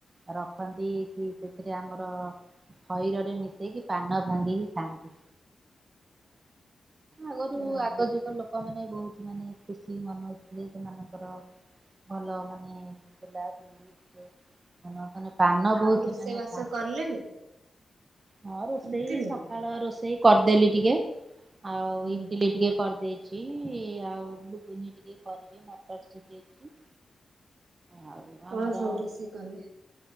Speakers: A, on the right; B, on the right.
A: ରଖନ୍ତି କି, ସେଥିରେ ଆମର ଖଇରରେ ମିଶେଇକି, ପାନ ଭାଙ୍ଗିକି ଖାଆନ୍ତି। ଆଗରୁ,
B: ହୁଁ
A: ଆଗ
B: ହୁଁ
A: ଯୁଗ ଲୋକମାନେ ବହୁତ ମାନେ, ଖୁସି ମନଉଥିଲେ ସେମାନଙ୍କର। ଭଲ ମାନେ ବୁଲା ବୁଲିରେ ମ ମାନେ ପାନ
B: ଆଉ
A: ବହୁତ
B: ରୋଷେଇ
A: ସେମାନେ
B: ବାସ
A: ଖାଆନ୍ତି।
B: କଲେଣି
A: ହଁ, ରୋଷେଇ
B: ନିତିଦିନ?
A: ସକାଳ ରୋଷେଇ କରିଦେଲି ଟିକେ, ଆଉ
B: ହୁଁ
A: ଇଟିଲି ଟିକେ କରିଦେଇଛି, ଆଉ ଘୁଗୁନି ଟିକେ କରିବି ମଟର ସିଝେଇଛି। ଆଉ
B: କଣ
A: ଆମର,
B: ସବୁ ରୋଷେଇ କଲେ